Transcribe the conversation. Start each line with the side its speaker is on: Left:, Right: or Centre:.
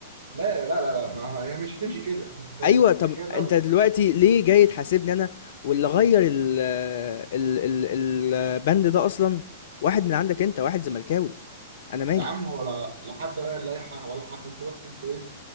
Right: لا لا لا لا ما هي مش تمشي كده <laughs> انت فاهم
Left: ايوه
Right: ما
Left: طب
Right: انت كده دوري
Left: انت دلوقتي ليه جاي تحاسبني انا واللي غير ال ال ال البند ده اصلا واحد من عندك انت واحد زملكاوي انا مالي
Right: يا عم هو لا لا حد غير اللائحه ولا حد انتوا بس انتوا ايه